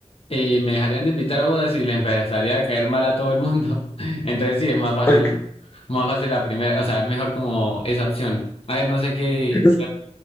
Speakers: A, on the left (about 55°); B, on the left (about 20°).
A: eh, me dejarían de invitar a bodas y le empezaría a caer mal a todo el mundo. <laughs> Entonces sí, es más fácil,
B: <laughs>
A: más fácil la primera, o sea, es mejor como esa opción. A ver, no sé qué,
B: Es que-